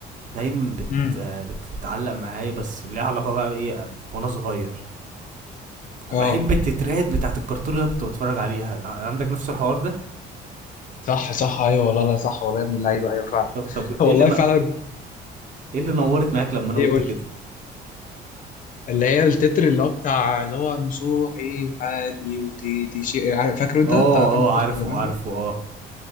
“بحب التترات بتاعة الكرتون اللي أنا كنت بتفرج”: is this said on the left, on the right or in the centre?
Right